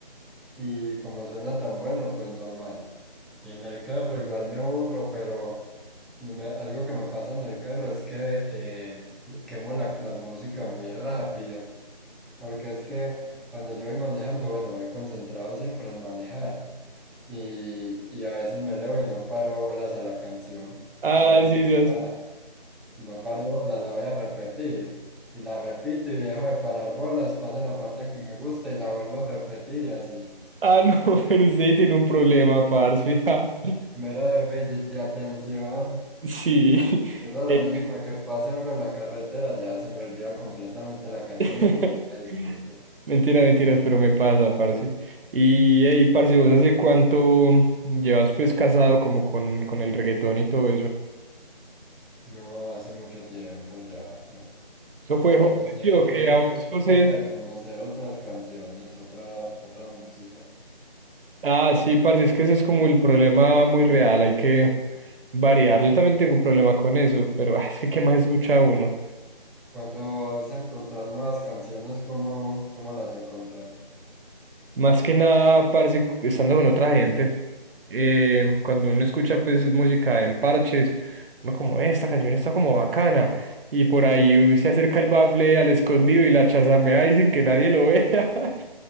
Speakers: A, in the centre; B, on the right.
A: y como suena tan bueno, pues normal. Y en el carro igual me aburro, pero... No me- algo que me pasa en el carro es que eh, quemo la, la música muy rápido, porque es que cuando yo voy manejando, bueno, voy concentrado siempre en manejar y, y a veces me elevo y no paro bolas a la canción.
B: Ah,
A: Entonces
B: sí,
A: yo
B: sí
A: digo, ah, no paro bolas, la voy a repetir. Y la repito y dejo de parar bolas, pasa la parte que me gusta y la vuelvo a repetir y así.
B: Ah, no, <laughs> pero usted tiene un problema, parce. <laughs> Ah,
A: Mero déficit de atención.
B: Sí. <laughs>
A: Eso a la mínima que pase algo en la carretera ya se me olvida completamente la canción,
B: <laughs>
A: no, no la disfruto.
B: Mentira, mentiras, pero me pasa, parce. Y hey, parce, ¿vos hace cuánto llevas pues casado como con, con el reggaetón y todo eso?
A: No, hace mucho tiempo ya. ah.
B: ¿Eso fue
A: Pero
B: José,
A: no sé,
B: sí o
A: yo
B: qué?
A: digo
B: ¿A vos,
A: que es por
B: José?
A: falta de conocer otras canciones, otra, otra música.
B: Ah, sí, parce, es que ese es como el problema muy real, hay que variar. Yo también tengo problema con eso, pero ah, es que ¿qué más escucha uno?
A: Cuando vas a encontrar nuevas canciones, ¿cómo, cómo las encontras?
B: Más que nada, parce, cu- estando con otra gente, eh, cuando uno escucha pues música en parches, uno como, "Eh, esta canción está como bacana, y por ahí se acerca el bafle al escondido y la chazamea y sin que nadie lo vea, <laughs>